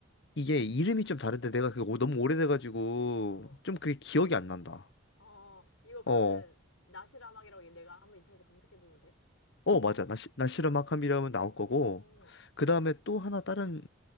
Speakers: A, on the left (about 60°); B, on the left (about 80°).
A: 이게 이름이 좀 다른데 내가 그게 오- 너무 오래돼가지고
B: 어, 어.
A: 좀 그게 기억이 안 난다.
B: 어, 이거 그러면
A: 어,
B: 나실 음악이라고 얘 내가 한번 인터넷에 검색해 보면 돼?
A: 어, 맞아. 나시, 나시르
B: 어,
A: 마캄이라면 나올
B: 음,
A: 거고. 그 다음에 또 하나 다른